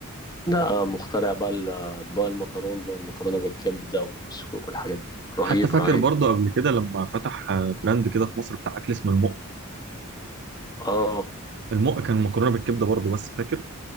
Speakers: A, on the left; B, on the right.
A: ده مخترع بقى ال- اطباق المكرونه والمكرونه بالكبده والسجق والحاجات دي رهيب
B: حتى فاكر
A: رهيب
B: برضه قبل كده لما فتح آه، براند كده في مصر بتاع اكل اسمه المق
A: اه
B: المق كان مكرونه بالكبده برضه بس فاكر